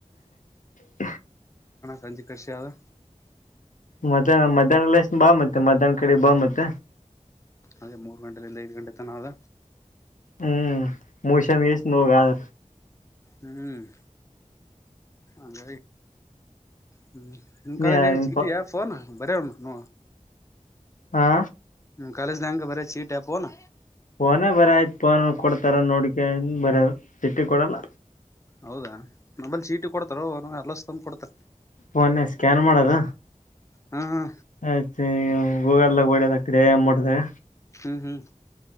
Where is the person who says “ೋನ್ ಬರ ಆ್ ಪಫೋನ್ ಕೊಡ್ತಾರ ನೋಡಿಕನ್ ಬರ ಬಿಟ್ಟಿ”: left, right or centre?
Left